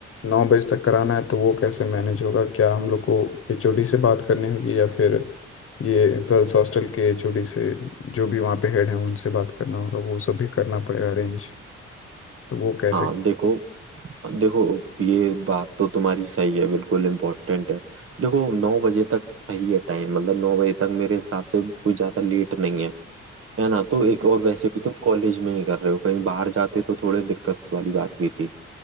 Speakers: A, on the left; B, on the right.
A: नौ बजे तक कराना है तो वो कैसे मैनेज होगा क्या हम लोग को एचओडी से बात करनी होगी या फिर ये गर्ल्स हॉस्टल के एचओडी से जो भी वहाँ पे हेड हैं उनसे बात करना होगा वो सब भी करना पड़ेगा अरेंज तो वो कैसे
B: हाँ देखो देखो ये बात तो तुम्हारी सही है बिल्कुल इम्पोर्टेंट है देखो नौ बजे तक सही है टाइम मतलब नौ बजे तक मेरे हिसाब से कोई ज्यादा लेट नहीं है है ना तो एक और वैसे भी तुम कॉलेज में ही कर रहे हो कहीं बाहर जाते तो थोड़े दिक्कत वाली बात भी थी